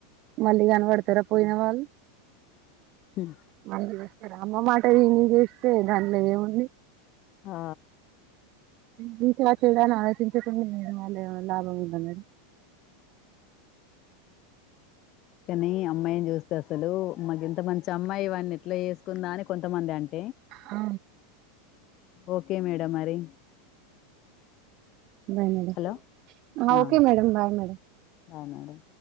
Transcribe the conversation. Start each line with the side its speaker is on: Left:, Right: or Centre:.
Right: మళ్ళీ కన పడతరా పోయిన వాళ్ళు
Left: హ్మ్.
Right: అ రా అమ్మ మాట ఏని చేస్తే దానిలో ఏముంది
Left: ఆ
Right: వీట్ వచ్చలుదా ఆలోచించకుంది వాళ లాభం ఉంద మేడం
Left: కనీ అమ్మాయిని చూస్తే అసలూ మాక్ ఇంత మంచి అమ్మాయి వాని ఎట్లా చేసుకుందా అని కొంతమంది అంట్
Right: హా
Left: ఓకే మేడం మరి
Right: బయ్ మేడం
Left: హలో
Right: okay
Left: ఆ
Right: madam bye madam
Left: bye madam